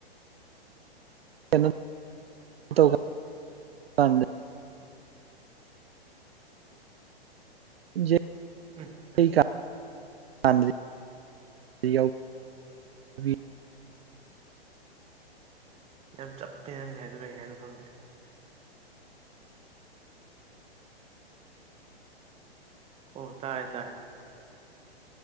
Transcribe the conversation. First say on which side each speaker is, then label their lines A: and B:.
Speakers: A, on the right (about 70°); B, on the right (about 20°).
A: <unintelligible> ꯌꯩ
B: ꯎꯝ
A: <inaudible>
B: ꯌꯥꯝ
A: ꯌꯥꯎꯕꯤ
B: ꯌꯥꯝ ꯆꯥꯞꯄꯦ ꯫ ꯅꯪ ꯁꯥꯏꯍꯥꯏꯗꯣ ꯀꯩ ꯍꯥꯏꯅꯣ ꯈꯪꯗ꯭ꯔꯦ ꯫ ꯑꯣ ꯇꯥꯏ ꯇꯥꯏ